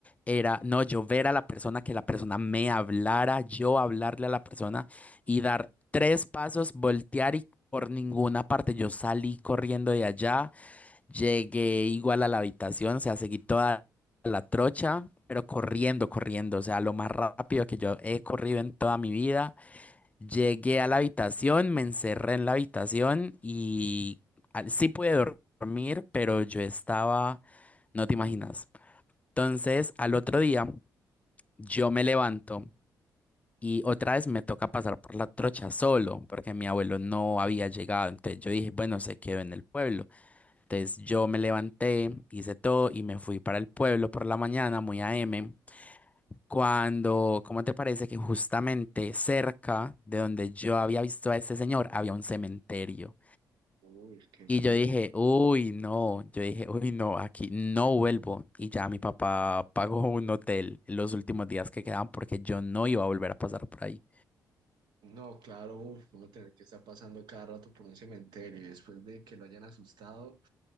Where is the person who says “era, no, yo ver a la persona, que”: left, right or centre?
Left